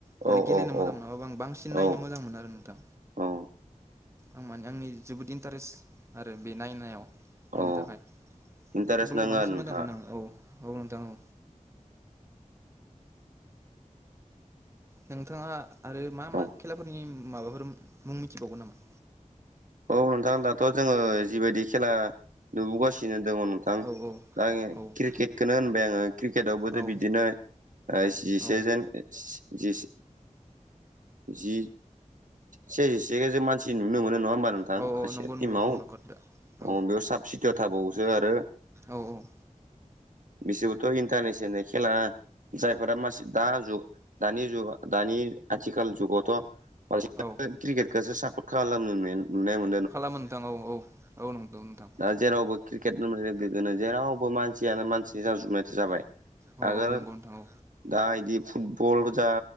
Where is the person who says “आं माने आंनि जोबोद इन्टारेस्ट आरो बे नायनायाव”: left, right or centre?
Right